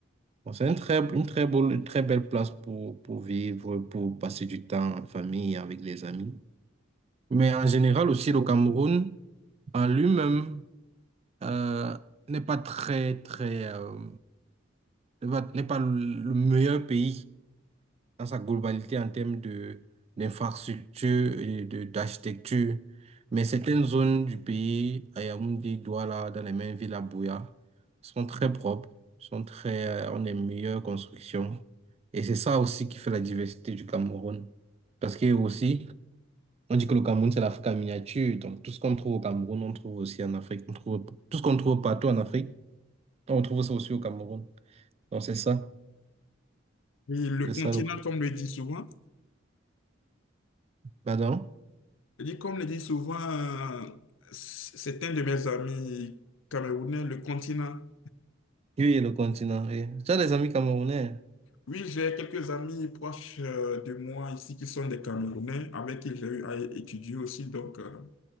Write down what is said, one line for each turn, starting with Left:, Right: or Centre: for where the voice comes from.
Right: bon, c'est une très, une très beau- une très belle place pour, pour vivre, pour passer du temps en famille, avec les amis. Mais en général aussi, le Cameroun, en lui-même euh, n'est pas très, très, euh, n'est pas, n'est pas le meilleur pays dans sa globalité en termes de d'infrastructure et de d'architecture. Mais certaines zones du pays, à Yaoundé, Douala, dans les mêmes villes à Bouya, sont très propres, sont très, euh, ont des meilleures constructions. Et c'est ça aussi qui fait la diversité du Cameroun. Parce que aussi, on dit que le Cameroun, c'est l'Afrique en miniature. Donc, tout ce qu'on trouve au Cameroun, on trouve aussi en Afrique. On trouve, tout ce qu'on trouve partout en Afrique, on trouve ça aussi au Cameroun. Donc, c'est ça.
Left: oui. Et le
Right: C'est
Left: continent,
Right: ça le
Left: comme le dit souvent,
Right: Pardon?
Left: je dis comme le dit souvent, euh, c- c'est un de mes amis camerounais, le continent.
Right: Oui, le continent. oui. Tu as des amis camerounais?
Left: Oui, j'ai quelques amis proches euh, de moi ici qui sont des Camerounais, avec qui j'ai eu à étudier aussi, donc euh,